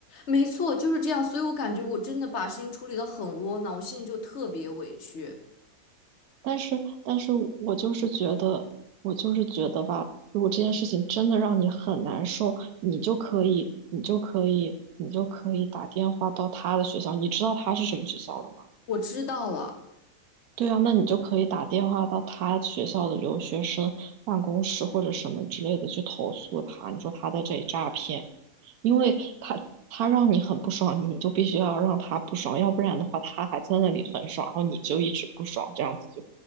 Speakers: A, on the left (about 50°); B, on the right (about 75°).
A: 没错，就是这样。所以我感觉我真的把事情处理得很窝囊，我心里就特别委屈。
B: 但是，但是我就是觉得，我就是觉得吧，如果这件事情真的让你很难受，你就可以，你就可以，你就可以打电话到他的学校。你知道他是什么学校的吗？
A: 我知道了，
B: 对啊，那你就可以打电话到他学校的留学生办公室或者什么之类的去投诉他，你说他在这里诈骗。因为他他让你很不爽，你就必须要让他不爽，要不然的话，他还在那里很爽，然后你就一直不爽，这样子就